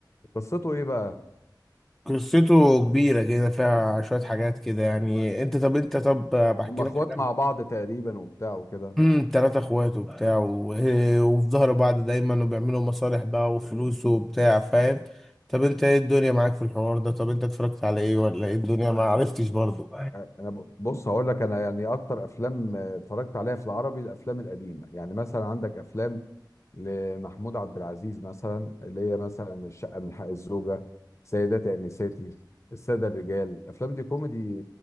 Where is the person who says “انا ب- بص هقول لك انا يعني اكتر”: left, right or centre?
Left